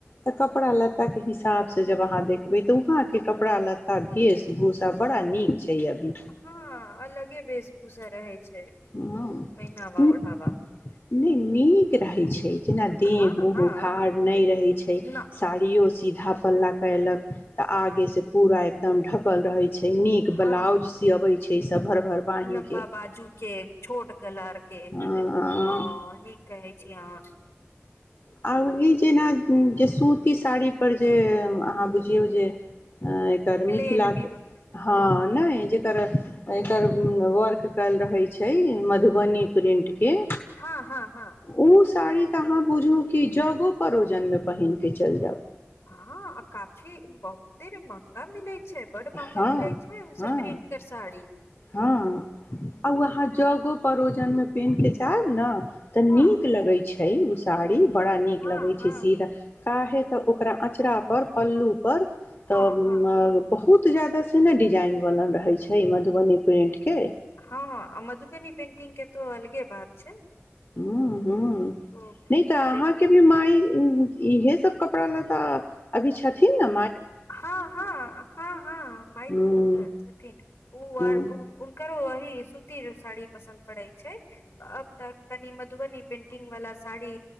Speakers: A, on the left; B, on the left.
A: ते कपड़ा लत्ता के हिसाब से जब अहाँ देखबे ते उहां के कपड़ा लत्ता वेश भूषा बड़ा नीक छै अभी
B: हँ अलगे वेशभूषा रहै छै
A: हां हु
B: पहिनावा
A: हुम्
B: ओढ़ावा
A: नीक रहै छै जेना देह
B: हँ
A: उह
B: हँ
A: उघार नहि रहे छै
B: न
A: साड़ियो सीध धा पल्ला कलक ते आगे से पूरा एकदम ढकल रहे छै नीक
B: हँ
A: ब्लाउज सियाबै छै छ त भर भर बाहि
B: लम्बा
A: के
B: बाजू के छोट गला के
A: हँ
B: ह नीक कहै छी अहाँ
A: अबही जेना जे सूती साड़ीपर जे अहाँ बुझियौ जे एकर मिथिला
B: प्लेन बिलो
A: के हाँ
B: हँ
A: नहि एक एकर वर्क कल रहे छै छै मधुबनी प्रिंट के
B: हँ हँ हँ
A: ओ सब साड़ी तऽ अहाँ बुझू कि जगो परोजनमे पहिनके चलि जाउ
B: हँ आ काफी बहुत तेर महंगा मिलैत छै बड महँंगा
A: हँ
B: मिलै छै ओ
A: हँ
B: सब प्रिंट के साड़ी
A: हँ आ ओ अहाँ जगो परोजनमे पहिनके चाहब ने तऽ
B: हँ
A: नीक लगै छै तय ओ साड़ी बड़ा नीक
B: हँ
A: लगै
B: हँ
A: छै सीधा काहे तऽ ओकरा अँचरा पर पल्लू पर त
B: हँ हँ
A: बहुत जादा से ने डिजाइन बनल रहे छै मधुबनी प्रिंट के
B: हँ मधुबनी पेंटिंग के तो अलगे बात छै
A: हँ ह
B: तो
A: नहि तऽ अहाँके
B: देख
A: भी माय इहे सब कपड़ा लता अभी छथिन न
B: हँ हँ हँ हँ माय
A: हूँ
B: छथिन ओ आर
A: हूँ
B: हुनकरो अह सुतिर सारी पसन करै छै अब तक कनी मधुबनी पंट टिंग वाला साड़ी